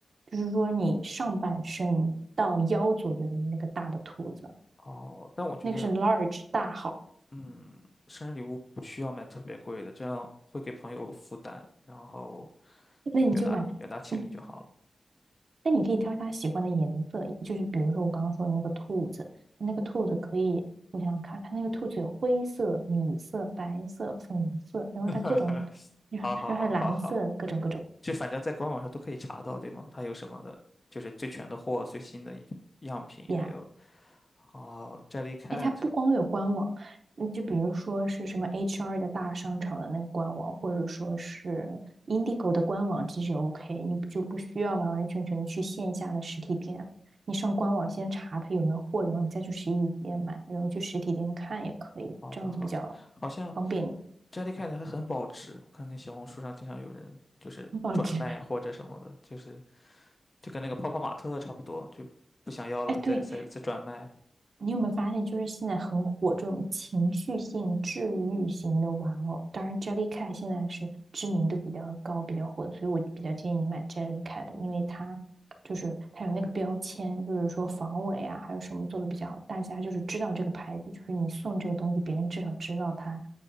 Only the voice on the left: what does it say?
哦，但我觉得
嗯，生日礼物不需要买特别贵的，这样会给朋友负担，然后
就表达表达情谊就好了。
<laughs>
好好好好好，
就反正在官网上都可以查到，对吗？它有什么的，就是最全的货、最新的样品，
还有哦，Jellycat。
好的好的，
好像
Jellycat 还很保值，我看那小红书上经常有人就是转卖或者什么的，
就是就跟那个泡泡玛特差不多，就不想要了再再再转卖。